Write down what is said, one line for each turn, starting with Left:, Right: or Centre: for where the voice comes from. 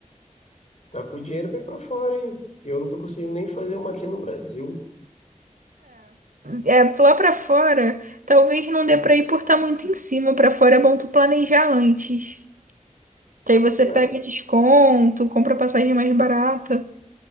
Left: Tá com o dinheiro vai para fora, hein? Que Eu não tô conseguindo nem fazer uma aqui no Brasil.
Right: É, é, lá pra fora, talvez não dê pra ir por estar muito em cima. Pra fora é bom tu planejar antes. Que aí você
Left: É,
Right: pega desconto, compra passagem mais barata.